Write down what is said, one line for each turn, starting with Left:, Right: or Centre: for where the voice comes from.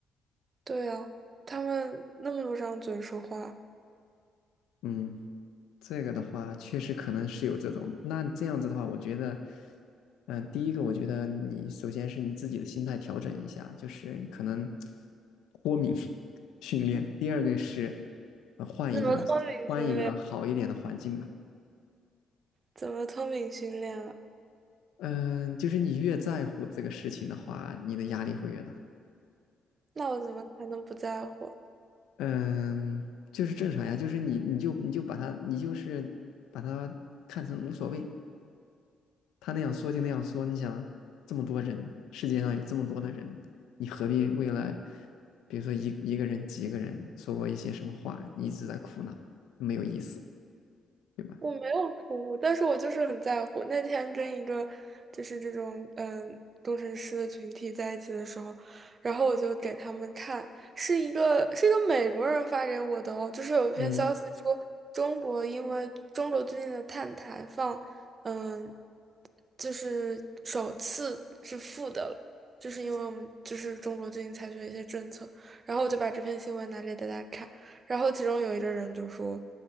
Right: 对啊，他们那么多张嘴说话，
Left: 嗯。这个的话，确实可能是有这种。那这样子的话，我觉得，嗯、第一个，我觉得你首先是你自己的心态调整一下，就是你可能脱敏 <laughs> 训练。第二个是，呃换一个换一个好一点的环境吧。
Right: 怎么脱敏训练？怎么脱敏训练啊？
Left: 嗯，就是你越在乎这个事情的话，你的压力会越大。
Right: 那我怎么才能不在乎啊？
Left: 嗯，就是正常呀，就是你你就你就把它你就是把它看成无所谓，他那样说就那样说，你想这么多人，世界上有这么多的人，你何必为了，比如说一一个人、几个人说过一些什么话，你一直在苦恼，没有意思，对吧？
Right: 我没有哭，但是我就是很在乎。那天跟一个就是这种嗯工程师的群体在一起的时候，然后我就给他们看，是一个是一个美国人发给我的哦，就是有一篇消息说中国因为中国最近的碳排放，
Left: 嗯。
Right: 嗯，就是首次是负的了，就是因为我们就是中国最近采取了一些政策，然后我就把这篇新闻拿给大家看，然后其中有一个人就说。